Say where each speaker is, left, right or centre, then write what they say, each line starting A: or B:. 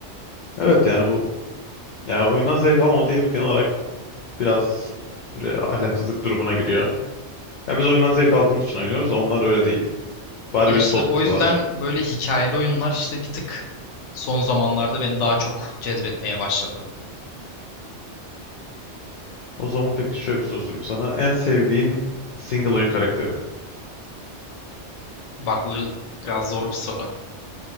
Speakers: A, on the left (about 60°); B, on the left (about 85°).
A: Evet yani bu ya oyundan zevk almama değil bu genel olarak biraz böyle ahlaksızlık durumuna giriyor. Ya biz oyundan zevk aldığımız için oynuyoruz da onlar öyle değil. Bari
B: Ya
A: bizi
B: işte
A: soğutmasalar.
B: o yüzden böyle hikayeli oyunlar işte bir tık son zamanlarda beni daha çok cezbetmeye başladı.
A: O zaman peki şöyle bir soru sorayım sana. En sevdiğin single oyun karakteri.
B: Bak bu biraz zor bir soru.